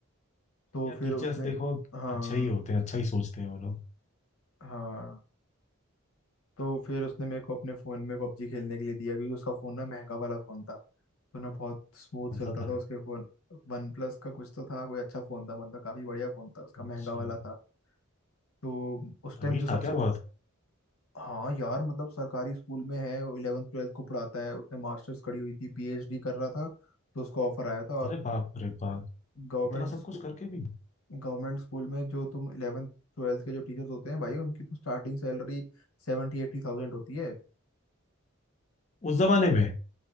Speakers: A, on the left; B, on the left.
A: तो
B: या
A: फिर
B: टीचर्स
A: उसने
B: देखो
A: हाँ
B: अच्छा ही होते हैं अच्छा ही सोचते हैं वो लोग
A: हाँ तो फिर उसने मेरे को अपने फ़ोन में पबजी खेलने के लिए दिया क्योंकि उसका फ़ोन ना महंगा वाला फ़ोन था तो ना बहुत स्मूथ
B: कौन
A: चलता
B: सा था
A: था उसके फ़ोन वन प्लस का कुछ तो था कोई अच्छा फ़ोन था मतलब काफ़ी बढ़िया फ़ोन था उसका महंगा
B: अच्छा
A: वाला था तो उस टाइम
B: अमीर
A: जो सबसे
B: था क्या बहुत
A: हाँ यार मतलब सरकारी स्कूल में है इलेवन ट्वेल्थ को पढ़ाता है उसने मास्टर्स करी हुई थी पीएचडी कर रहा था तो उसको ऑफर आया था और
B: अरे बाप रे बाप
A: गवर्नमेंट
B: इतना सब
A: स्कूल
B: कुछ करके भी
A: गवर्नमेंट स्कूल में जो तुम इलेवन ट्वेल्थ के जो टीचर्स होते हैं भाई उनकी तो स्टार्टिंग सैलरी सेवेंटी एट्टी थाउजेंड होती है
B: उस जमाने में